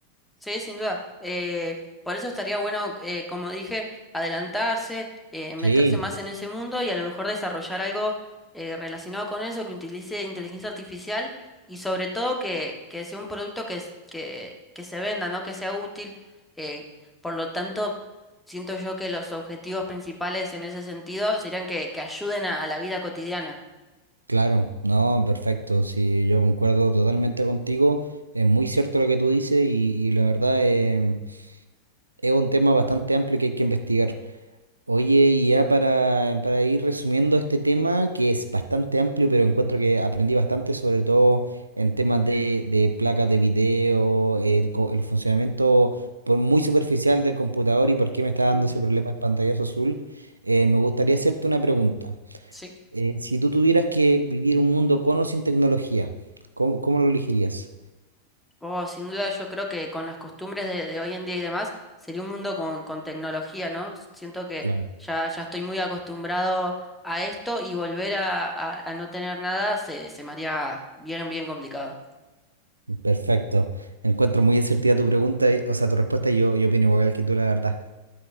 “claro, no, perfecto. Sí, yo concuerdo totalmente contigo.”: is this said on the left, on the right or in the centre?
Right